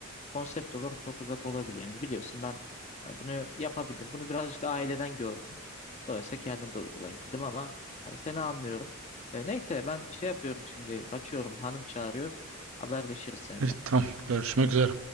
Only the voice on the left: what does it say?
konsept olarak çok uzak olabilir. Yani biliyorsun ben hani bunu yapabildim. Bunu birazcık da aileden gördüm. Dolayısıyla kendim de uygulayabildim ama hani seni anlıyorum. E, neyse ben şey yapıyorum şimdi kaçıyorum. Hanım çağırıyor. Haberleşiriz seninle.